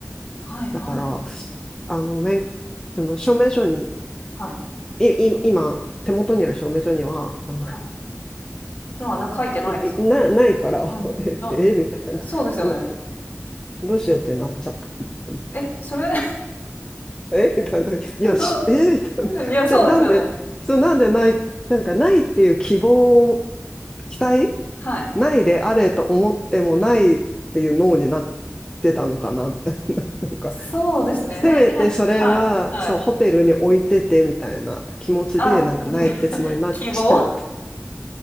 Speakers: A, on the left; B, on the left.
A: はいはいはい。
B: だから、あの、免、その証明書に、
A: はい。
B: い、い今、手元にある証明書には、あの、
A: はい。のはな書いてないですもんね。
B: いな、<laughs> ないから、<laughs>
A: うん。あ、
B: え、えみたいな。
A: え、そうですよね。
B: ど、ど、どうしようってなっちゃったみたいな。
A: え、それ、
B: えみたいな。いやし、
A: <laughs> どう
B: えみたいな。
A: いや、そうですよね。
B: じゃ、なんで、そう、なんでない、なんかないっていう希望を、期待
A: はい。
B: ないであれと思ってもないっていう脳になってたのかなみたいな。なんか、
A: そうですね。
B: せめてそれは、
A: ね、いや、はい、はい。
B: そう、ホテルに置いててみたいな気持ちで、
A: あ、
B: なんかないってつもりになっちゃって。
A: <laughs> 希望、